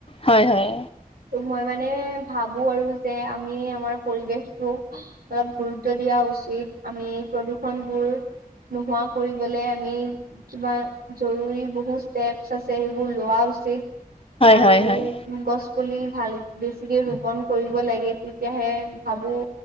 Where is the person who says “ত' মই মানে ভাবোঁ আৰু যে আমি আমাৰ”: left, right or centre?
Right